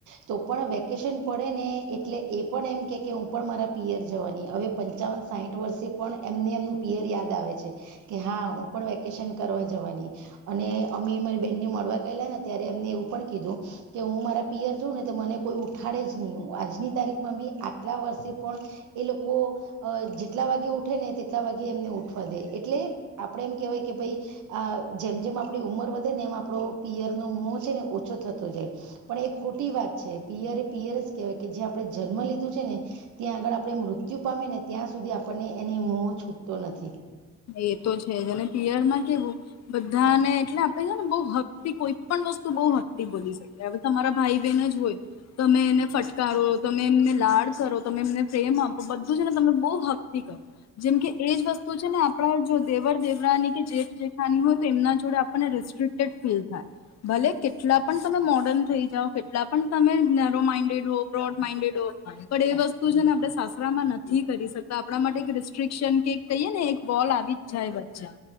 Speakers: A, on the right; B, on the left.
A: તો પણ વેકેશન પડે ને એટલે એ પણ એમ કે કે હું પણ મારા પિયર જવાની હવે પંચાવન સાહીઠ વર્ષે પણ એમને એમનું પિયર યાદ આવે છે કે હા હું પણ વેકેશન કરવા જવાની. અને અમે મારી બેન ને મળવા ગયેલા ને ત્યારે એમને એવું પણ કીધું કે હું મારા પિયર જાઉં ને તો મને કોઈ ઉઠાડે જ નહી આજ તારીખ માં બી આટલા વર્ષે પણ એ લોકો આ જેટલા વાગે ઉઠે ને તેટલા વાગે એમને ઉઠવા દે એટલે આપડે એમ કેહેવાય કે ભાઈ આ જેમ જેમ આપણી ઉંમર વધે ને એમ આપણો પિયર નો મો છે ને ઓછો થતો જાય. પણ એ ખોટી વાત છે પિયરે એ પિયર જ કેહેવાય કે જ્યાં આપણે જન્મ લીધું છે ને ત્યાં આગળ આપણે મૃત્યુ પામે ને ત્યાં સુધી આપણને એની મો છૂટતો નથી.
B: એ તો છે જને પીયર માં કેવું. બધા ને એટલે આપે છે ને બહુ હક થી કોઈ પણ વસ્તુ બહુ હક થી બોલી શકે. કે આ બધા મારા ભાઈ બહેન જ હોય. તમે એને ફટકારો તમે એમને લાડ કરો તમે એમને પ્રેમ આપો બધું છે ને તમે બહુ હકતિ કરો. જેમ કે એજ વસ્તુ છે આપ. આપણા જો દેવર દેવરાની કે જેઠ જેઠાની હોય તો એમના જોડે આપણને રેસ્ટ્રક્ટેડ ફીલ થાય. ભલે કેટલા પણ તમે મોર્ડર્ન થઇ જાઓ કેટલા પણ તમે નેરો માઇન્ડેડ હો બ્રોડ માઇન્ડેડ હો. પણ એ વસ્તુ છે ને આપડણે સાસરા માં નથી કરી શકતા આપણા માટે એક રેસ્ટ્રિકશન કે કહીએ ને એક બોલ આવી જ જાય વચ્ચે